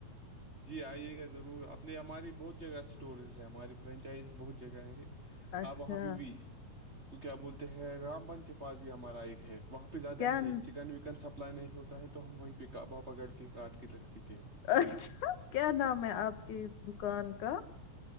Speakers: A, on the right (about 30°); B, on the left (about 80°).
A: جی آئیے گا ضرور اپنے ہماری بہت جگہ اسٹورز ہے ہماری فرینچائز بہت جگہ ہے
B: اچھا
A: آپ وہاں پہ بھی اس کو کیا بولتے ہیں رام بن کے پاس بھی ہمارا ایک ہے وہاں پہ زیادہ
B: کیا
A: ہی
B: ن-
A: ہے چکن وکن سب اپلائی نہیں ہوتا ہے تو ہم وہیں پ پاپا گڑھ کے کاٹ کے رکھتے تھ
B: اچھا کیا نام ہے آپ کے اس دکان ان کا